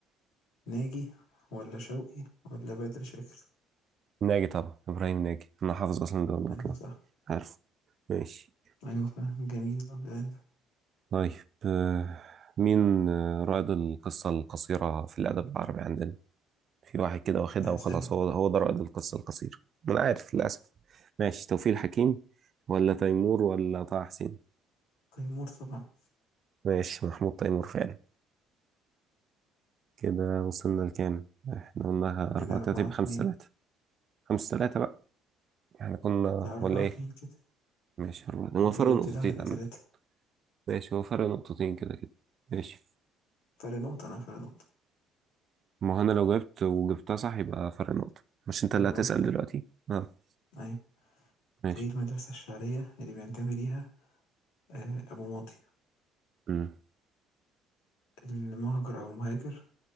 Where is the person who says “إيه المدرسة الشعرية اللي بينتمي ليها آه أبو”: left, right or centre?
Left